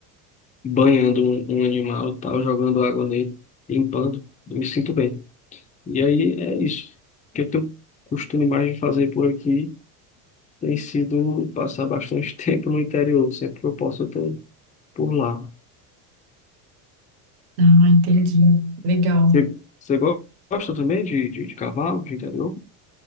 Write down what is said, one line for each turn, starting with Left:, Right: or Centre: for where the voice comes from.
Left: banhando um, um animal e tal, jogando água nele, limpando, eu me sinto bem. E aí é isso. O que eu tenho costume mais de fazer por aqui tem sido passar bastante <laughs> tempo no interior, sempre que eu posso, eu tô por lá.
Right: Ah, entendi. Legal.
Left: Você, você go- gosta também de, de, de cavalo, de interior?